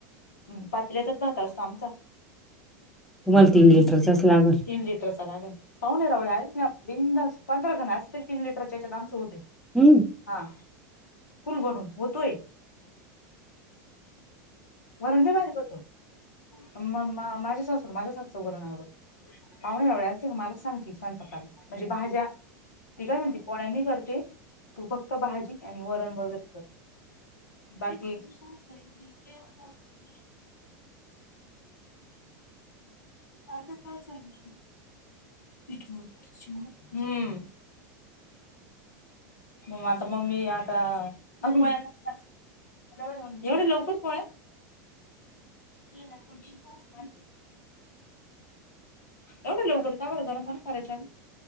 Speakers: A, on the left; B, in the centre.
A: ह पात्रतच राहत असतो आमचा
B: तुम्हाला तीन लिटरचाच लागल
A: तीन लिटर चाला का पाहणारवड्या बिंदस पंधरा जण अस तरी तीन लिटरच्यात आमचं होते
B: हुं
A: हा... फुल भरून होतोय वरण लई <unintelligible> होतं... म... म.. माझ्या सासुला... माझ्याच हातचं वरण आवडतं पाहुण्या रावळ्या असल्या की मलाच सांगती स्वयंपाकाला... म्हणजे भाज्या... ती काय म्हणती पोळ्या मी करते तू फक्त भाजी... आणि वरण वगैरे कर... बाकी <unintelligible> <unintelligible> आता काय चाल <unintelligible> हम्म मग आता, मम्मी... आता... <unintelligible> एवढ्या लवकर पोळ्या? ती ना थोडं <unintelligible> एवढ्या लवकर का बरं... गरम गरम करायच्या ना...